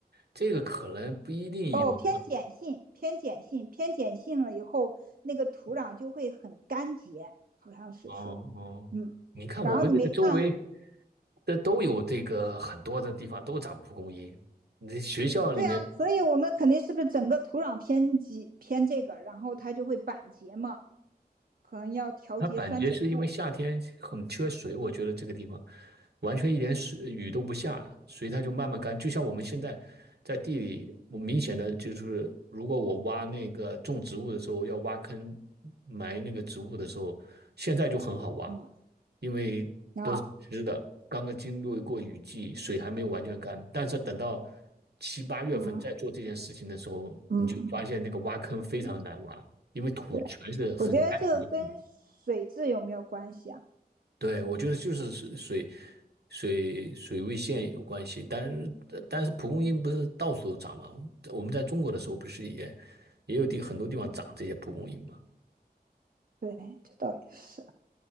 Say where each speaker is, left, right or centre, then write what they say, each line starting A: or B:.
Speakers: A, on the right; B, on the right.
A: 这个可能不一定有
B: 哦，偏碱性，
A: <laughs>。
B: 偏碱性，偏碱性了以后，那个土壤就会很干结，好像是说，
A: 哦哦，
B: 嗯，
A: 你看我们这个周围
B: 然后你没看，
A: 的都有这个很多的地方都长蒲公英，你这学校里面
B: 对啊，所以我们肯定是不是整个土壤偏极偏这个，然后它就会板结嘛，可能要调节酸碱度，
A: 它板街是因为夏天很缺水，我觉得这个地方完全一点水雨都不下，所以它就慢慢干。就像我们现在在地里，我明显的就是，如果我挖那个种植物的时候要挖坑埋那个植物的时候，现在就很好挖，
B: 嗯，
A: 因为都是湿的，
B: 啊，
A: 刚刚经历过雨季，水还没有完全干。但是等到七八月份再做这件事情的时候，
B: 嗯嗯，
A: 你就发现那个挖坑非常难挖，因为土全是很干的。
B: 对，我觉得这个跟水质有没有关系啊？
A: 对，我觉得就是水水水水位线有关系，但是但是蒲公英不是到处都长吗？我们在中国的时候不是也也有地很多地方长这些蒲公英吗？
B: 对，这倒也是。